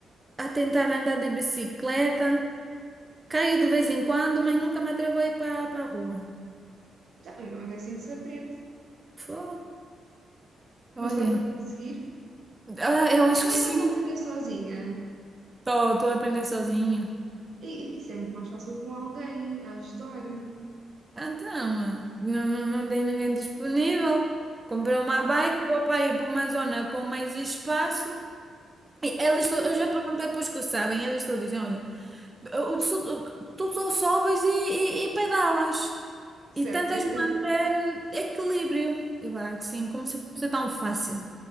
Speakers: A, on the right; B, on the right.
A: a tentar andar de bicicleta. Caio de vez em quando, mas nunca me atrevo a ir para a rua.
B: Tá, mas é assim que se aprende.
A: Fô, olha,
B: Mas estás a conseguir.
A: ah, eu acho
B: Mas também
A: que sim.
B: estás a aprender sozinha.
A: Estou estou a aprender sozinha.
B: E, e que isso é muito mais fácil com alguém a ajudar.
A: Ah, Então, ah, não, não, não tem ninguém disponível. Comprei uma
B: Opa,
A: bike, vou para ir para uma zona com mais espaço. E Elas,
B: mas
A: to-
B: que.
A: eu já perguntei para os que sabem, eles todos dizem, olha, o- o- tu só sobes e, e, e pedalas.
B: Certo,
A: E tentas
B: <laughs> isso,
A: manter equilíbrio. Eu vá assim, como se fosse tão fácil.